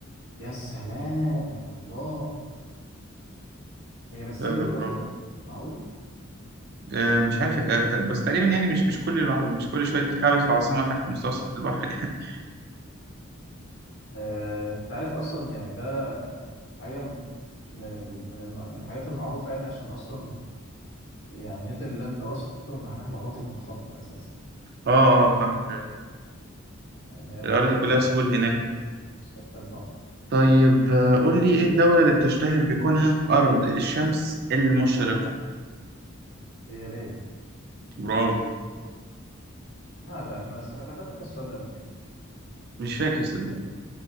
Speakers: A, on the left; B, on the right.
A: يا سلام الله هي بس
B: آه،
A: هي دي
B: برافو
A: الوحيده معقول
B: آه، مش
A: معقول
B: عارف آه، ت- بس تقريبا يعني مش مش كل الع- مش كل شوية تتكعبل في عاصمة تحت مستوى سطح البحر <laughs>
A: آه، انت عارف اصلا يعني ده حاجه من ال- من الم- من الحاجات المعروفه يعني عشان اصلا يعني نيدرلاند اصلا معناها الاراضي المنخفضه اساسا
B: اه اه فاهم
A: يعني هي منخفضه
B: الأراضي كلها
A: عن
B: سهول هناك
A: سطح البحر
B: طيب آه، قول لي ايه الدولة اللي بتشتهر بكونها أرض الشمس المشرقة
A: اليابان
B: برافو
A: لا ده احنا سالنا السؤال ده قبل كده
B: مش فاكر صدقني